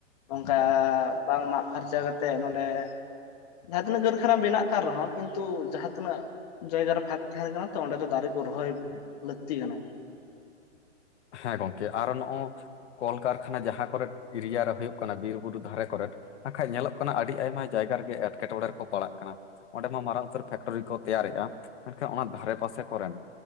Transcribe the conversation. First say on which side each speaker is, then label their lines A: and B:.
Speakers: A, on the left (about 30°); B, on the left (about 65°).
A: ᱚᱱᱠᱟ ᱵᱟᱝ ᱢᱟᱜᱽ ᱯᱷᱟᱨᱪᱟ ᱠᱟᱛᱮᱫ ᱱᱚᱰᱮ ᱡᱟᱦᱟᱸ ᱛᱤᱱᱟᱹᱜ ᱠᱟᱹᱨᱠᱷᱟᱱᱟ ᱵᱮᱱᱟᱜ ᱠᱟᱱ ᱨᱮᱦᱚᱸ ᱠᱤᱱᱛᱩ ᱡᱟᱦᱟᱸᱛᱤᱱᱟᱹᱜ ᱡᱟᱭᱜᱟ ᱨᱮ ᱯᱷᱟᱸᱠ ᱛᱟᱦᱮᱱ ᱠᱟᱱᱟ ᱛᱚ ᱚᱸᱰᱮ ᱫᱚ ᱫᱟᱨᱤ ᱠᱚ ᱨᱚᱦᱚᱭ ᱞᱟᱹᱠᱛᱤ ᱠᱟᱱᱟ᱾
B: ᱦᱮᱸ ᱜᱚᱝᱠᱮ ᱟᱨᱚ ᱱᱚᱜᱼᱚ ᱠᱚᱞᱠᱟᱨᱠᱷᱟᱱᱟ ᱡᱟᱦᱟᱸ ᱠᱚᱨᱮᱫ ᱮᱨᱤᱭᱟ ᱨᱮ ᱦᱳᱭᱳᱜ ᱠᱟᱱᱟ, ᱵᱤᱨ ᱵᱩᱨᱩ ᱫᱷᱟᱨᱮ ᱠᱚᱨᱮᱫ ᱦᱟᱸᱠᱷᱟᱡ ᱧᱮᱞᱚᱜ ᱠᱟᱱᱟ ᱟᱹᱰᱤ ᱟᱭᱢᱟ ᱡᱟᱭᱜᱟ ᱨᱮᱜᱮ ᱮᱴᱠᱮ ᱴᱚᱬᱮ ᱨᱮᱠᱚ ᱯᱟᱲᱟᱜ ᱠᱟᱱᱟ᱾ ᱚᱸᱰᱮ ᱢᱟ ᱢᱟᱨᱟᱝ ᱩᱛᱟᱹᱨ ᱯᱷᱮᱠᱴᱨᱤ ᱠᱚ ᱛᱮᱭᱟᱨᱮᱜᱼᱟ ᱢᱮᱱᱠᱷᱟᱱ ᱚᱱᱟ ᱫᱷᱟᱨᱮ ᱯᱟᱥᱮ ᱠᱚᱨᱮᱱ